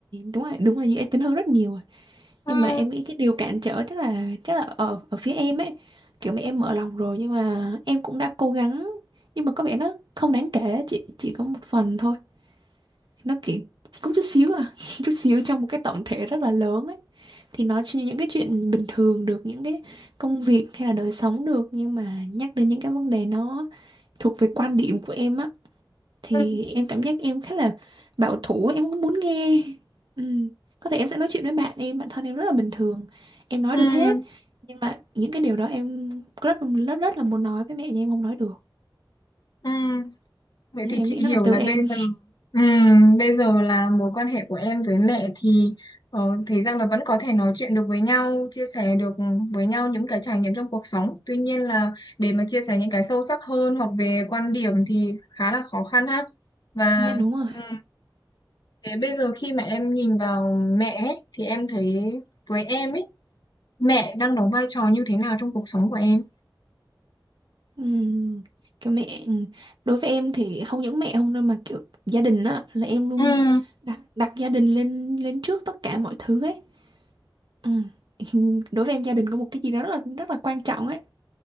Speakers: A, on the right; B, on the left.
A: đúng rồi đúng là dễ tính hơn rất nhiều rồi
B: Ừm,
A: nhưng mà em nghĩ cái điều cản trở chắc là chắc là ở ở phía em ấy kiểu mẹ em mở lòng rồi nhưng mà em cũng đã cố gắng nhưng mà có vẻ nó không đáng kể chỉ chỉ có một phần thôi nó kiểu cũng chút xíu à <laughs> chút xíu trong một cái tổng thể rất là lớn ấy thì nói chuyện những cái chuyện bình thường được những cái công việc hay là đời sống được nhưng mà nhắc đến những cái vấn đề nó thuộc về quan điểm của em á thì
B: ừm,
A: em cảm giác em khá là bảo thủ em không muốn nghe ừ. có thể em sẽ nói chuyện với bạn em bản thân em rất là bình thường em nói
B: ừm,
A: được hết nhưng mà những cái điều đó em rất rất rất là muốn nói với mẹ nhưng em không nói được
B: ừm. Vậy
A: Nên
B: thì
A: em
B: chị
A: nghĩ
B: hiểu
A: nó là từ
B: là
A: em
B: bây giờ ừ, bây giờ là mối quan hệ của em với mẹ thì ờ, thấy rằng là vẫn có thể nói chuyện được với nhau, chia sẻ được với nhau những cái trải nghiệm trong cuộc sống. Tuy nhiên là để mà chia sẻ những cái sâu sắc hơn hoặc về quan điểm thì khá là khó khăn ha.
A: <laughs>
B: Và
A: dạ đúng rồi
B: ừ, thế bây giờ khi mà em nhìn vào mẹ ấy, thì em thấy với em ấy, mẹ đang đóng vai trò như thế nào trong cuộc sống của em?
A: ừ. cái mẹ ừ. đối với em thì không những mẹ không đâu mà kiểu gia đình á là em luôn
B: Ừ,
A: đặt đặt gia đình lên lên trước tất cả mọi thứ ấy ừ. <laughs> đối với em gia đình có một cái gì đó rất là rất là quan trọng ấy